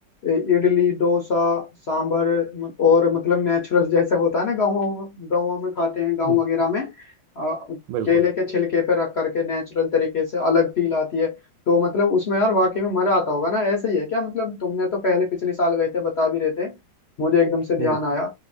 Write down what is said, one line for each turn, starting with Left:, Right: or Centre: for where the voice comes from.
Left: इ- इडली डोसा सांभर म- और मतलब नेचुरल जैसे होता है ना गाँवों गाँवों में खाते हैं गाँव
Right: हम्म,
Left: वगैरह में अ,
Right: बिल्कुल
Left: केले के छिलके पे रख करके नेचुरल तरीके से अलग फील आती है तो मतलब उसमें यार वाकई में मजा आता होगा ना ऐसे ही है क्या मतलब तुमने तो पहले पिछले साल गए थे बता भी रहे थे मुझे एकदम से ध्यान
Right: हम्म,
Left: आया